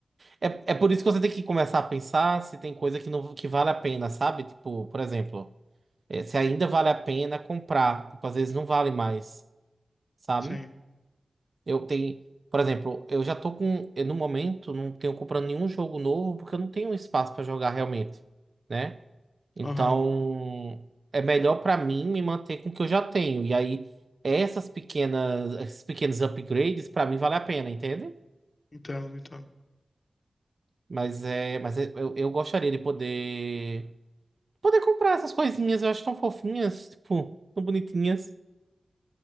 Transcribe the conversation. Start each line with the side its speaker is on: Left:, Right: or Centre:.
Right: É, é por isso que você tem que começar a pensar se tem coisa que, não, que vale a pena, sabe? Tipo, por exemplo, é, se ainda vale a pena comprar. Tipo, às vezes não vale mais, sabe?
Left: Sim.
Right: Eu tenho, por exemplo, eu já tô com, eu, no momento não tenho comprando nenhum jogo novo porque eu não tenho espaço para jogar realmente, né? Então,
Left: Aham.
Right: é melhor para mim me manter com o que eu já tenho. E aí essas pequenas, esses pequenos upgrades para mim vale a pena, entende?
Left: Então, então.
Right: Mas é, mas é- eu, eu gostaria de poder poder comprar essas coisinhas, eu acho tão fofinhas, tipo, tão bonitinhas. Se